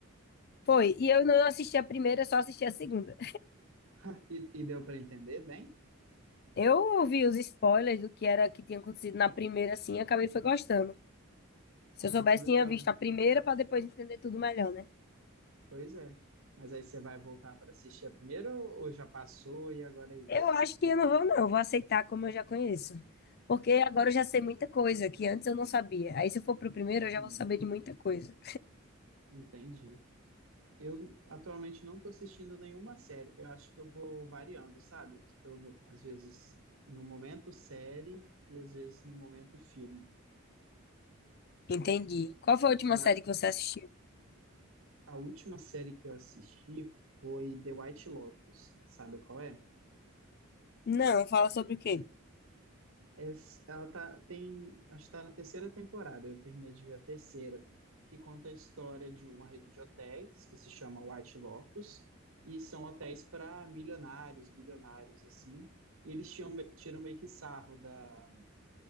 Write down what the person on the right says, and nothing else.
<laughs> E, e deu pra entender bem?
Ah,
que legal.
Pois é. Mas aí você vai voltar para assistir a primeira ou ou já passou e agora é isso?
Sim,
entendi. Eu atualmente não estou assistindo nenhuma série. Eu acho que eu vou variando, sabe? Eu, no- às vezes no momento série e às vezes no momento filme.
E
a,
a última série que eu assisti foi The White Lotus. Sabe qual é?
Essa- ela tá, tem, acho que tá na terceira temporada, eu terminei de ver a terceira, que conta a história de uma rede de hotéis que se chama White Lotus, e são hotéis para milionários, bilionários, assim, e eles tiram, me- tiram meio que sarro da,